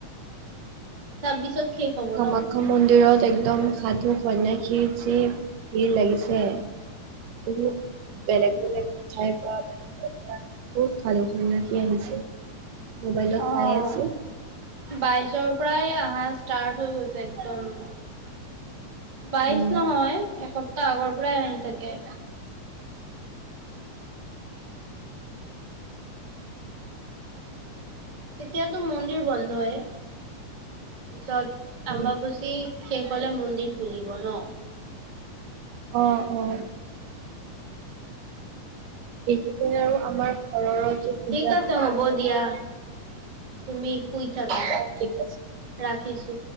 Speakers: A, on the right; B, on the right.
A: তাপিছত শেষ হব।
B: কামাখ্যা
A: ন?
B: মন্দিৰত একদম সাধু সন্ন্যাসী যি ভিৰ লাগিছে। বহুত বেলেগ বেলেগ ঠাইৰ পৰা‍, বহুত ভাল সন্যাসী আহিছে, মোবাইলত
A: অ',
B: পাই আছো।
A: বাইশৰ পৰাই অহা ষ্টাৰ্ট হৈ গৈছে একদম। বাইশ
B: উম
A: নহয়, এসপ্তাহ আগৰ পৰাই আহি থাকে। তেতিয়াতো মন্দিৰ বন্ধ হয়, পিছত
B: উম
A: আম্বাবাচি শেষ হলে মন্দিৰ খুলিব ন।
B: অঁ অঁ। এইকেইদিন আৰু আমাৰ ঘৰৰ যে পূজা
A: ঠিক আছে
B: ভাগ সেই
A: হ'ব
B: পূজা
A: দিয়া,
B: ভাগ
A: তুমি শুই থাকা
B: অ ঠিক আছে
A: ৰাখিছো।